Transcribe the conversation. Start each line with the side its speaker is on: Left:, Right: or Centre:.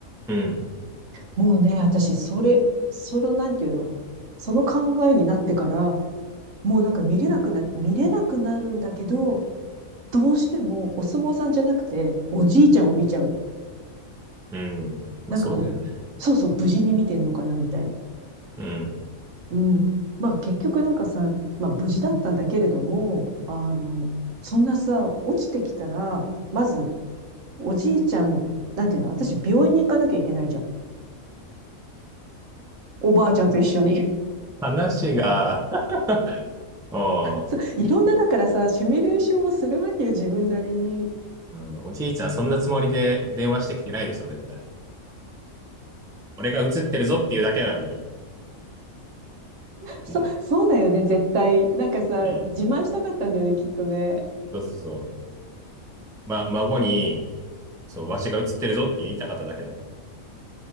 Centre: うん、
Right: もうね、私、それ、その、なんていうのその考えになってから、もうなんか見れなくな、見れなくなるんだけど、どうしてもお相撲さんじゃなくて、おじいちゃんを見ちゃうの。
Centre: うん。まあ、
Right: なんかこう、
Centre: そうだよね。
Right: そうそう、無事に見てんのかな、みたいな。
Centre: うん。
Right: うん。まあ結局なんかさ、まあ無事だったんだけれども、あの、そんなさ、落ちてきたら、まず、おじいちゃん、なんていうの、私病院に行かなきゃいけないじゃん。おばあちゃんと一緒に。
Centre: 話が、<laughs> お
Right: そう、
Centre: ー、
Right: いろんなだからさ、シミュレーションをするわけよ、自分なりに。
Centre: うん、おじいちゃんそんなつもりで電話してきてないでしょ、絶対。俺が映ってるぞっていうだけなのに。
Right: そ、
Centre: うん、
Right: そうだよね、絶対。なんかさ、
Centre: うん。
Right: 自慢したかったんだよね、きっとね。
Centre: そうそうそう。ま、孫に、そう、わしが映ってるぞって言いたかっただけだ。